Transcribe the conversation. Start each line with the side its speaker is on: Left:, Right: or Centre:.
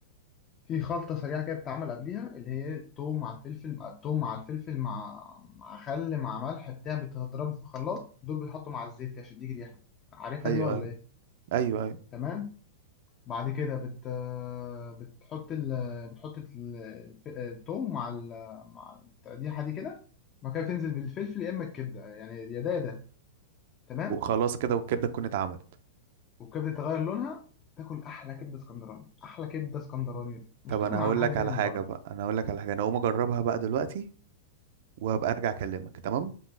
Left: في خلطة سريعة كده بتتعمل قبليها اللي هي التوم مع الفلفل مع التوم مع الفلفل مع مع خل مع ملح بتاع بتضربه في الخلاط دول بيتحطوا مع الزيت كده عشان يديك ريحة عارفها
Right: ايوه
Left: دي ولا
Right: ايوه
Left: ايه؟
Right: ايوه ايوه
Left: تمام بعد كده بت بتحط ال... بتحط ال- الف- التوم مع ال... مع التقديحة دي كده بعد كده تنزل بالفلفل يا اما الكبدة يعني يا ده يا ده تمام
Right: وخلاص كده والكبده تكون اتعملت
Left: والكبدة تغير لونها تاكل احلى كبدة اسكندراني احلى كبدة اسكندراني مش
Right: طب
Left: هتاكل
Right: انا
Left: من
Right: هقول
Left: عند حد
Right: لك على
Left: تاني من
Right: حاجه
Left: بره
Right: بقى انا هقول لك على حاجه انا هقوم اجربها بقى دلوقتي وهبقى ارجع اكلمك تمام